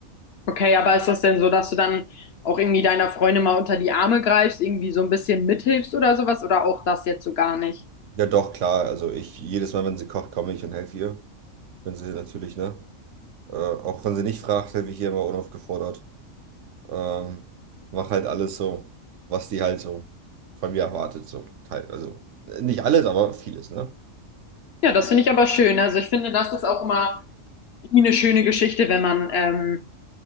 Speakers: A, on the left; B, on the right.
A: Okay, aber ist das denn so, dass du dann auch irgendwie deiner Freundin mal unter die Arme greifst, irgendwie so ein bisschen mithilfst oder sowas oder auch das jetzt so gar nicht?
B: Ja, doch, klar, also ich, jedes Mal, wenn sie kocht, komme ich und helfe ihr, wenn sie natürlich, ne, äh, auch wenn sie nicht fragt, helfe ich ihr immer unaufgefordert, ähm, mach halt alles so, was die halt so von mir erwartet, so, teil- also äh, nicht alles, aber vieles, ne?
A: Ja, das finde ich aber schön. Also ich finde, das ist auch immer irgendwie eine schöne Geschichte, wenn man ähm,